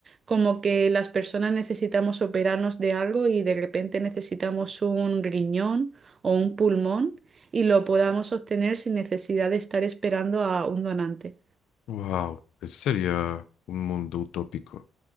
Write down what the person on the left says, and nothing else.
Wow, ese sería un mundo utópico.